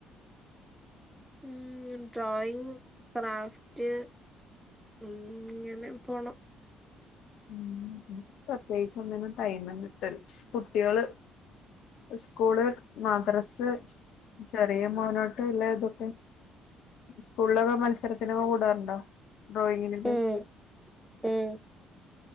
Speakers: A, in the centre; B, on the left.
A: ഉം ഡ്രായിങ്, ക്രാഫ്റ്റ് ഉം ങ്ങനെ പോണം.
B: ഉം ഇൻക്ക് പ്രത്യേയിചൊന്നിനും ടൈമ് കിട്ടല് കുട്ടിയാള് ഇസ്കൂള്, മദ്രസ് ചെറിയ മോനോട്ട് ഇല്ല ഇതൊക്കെ സ്കൂൾലൊക്കെ മത്സരത്തിനൊക്കെ കൂടാറുണ്ടോ? ഡ്രോയിങ്ങിനൊക്കെ.
A: ഉം ഉം